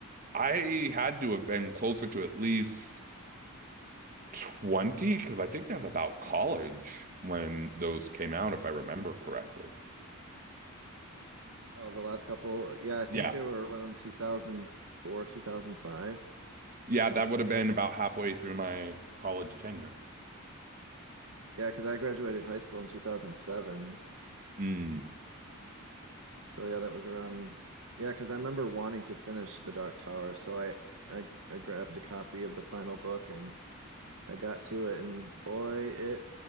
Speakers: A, on the right; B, on the right.
A: I had to have been closer to at least 20, because I think that's about college when those came out, if I remember correctly.
B: Oh, the last couple, yeah, I think
A: Yeah.
B: they were around 2004, 2005.
A: Yeah, that would have been about halfway through my college tenure.
B: Yeah, because I graduated high school in 2007.
A: Mm,
B: So yeah, that was around, yeah, because I remember wanting to finish The Dark Tower, so I, I I grabbed a copy of the final book and I got to it, and boy, it